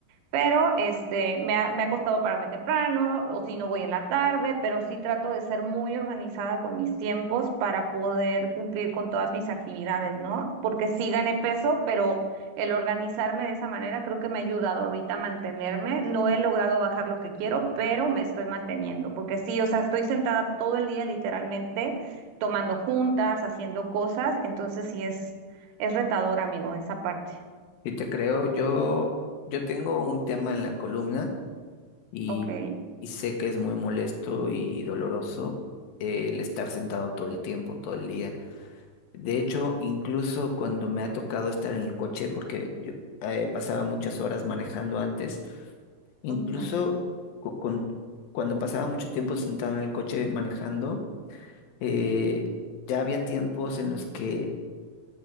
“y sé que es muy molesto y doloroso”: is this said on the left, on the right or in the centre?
Left